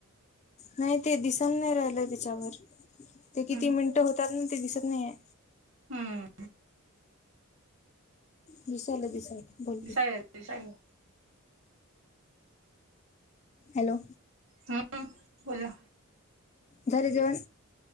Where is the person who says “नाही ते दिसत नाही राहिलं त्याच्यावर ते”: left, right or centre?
Left